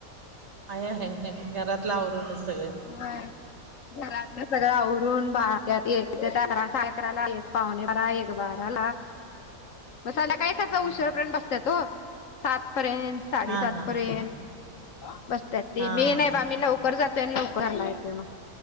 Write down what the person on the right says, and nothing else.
आहेय आहे घरातला आवरूनच सगळे.
हा
हा हा
हा